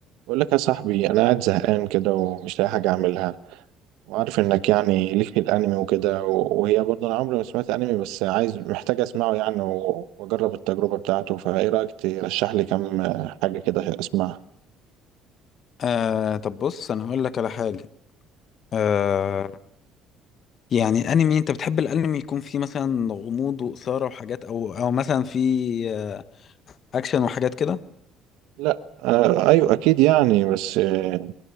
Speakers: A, on the right; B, on the left.
A: بقول لك يا صاحبي انا قاعد زهقان كده ومش لاقي حاجه اعملها وعارف انك يعني ليك في الانمي وكده و- وهي برضه انا عمري ما سمعت انمي بس عايز محتاج اسمعه يعني و- واجرب التجربه بتاعته فايه رايك ترشح لي كام حاجه كده اسمعها
B: آه طب بص انا هقول لك على حاجه آه يعني انمي انت بتحب الانمي يكون فيه مثلا غموض واثاره وحاجات او او مثلا فيه آه اكشن وحاجات كده
A: لا آه ايوه اكيد يعني بس آه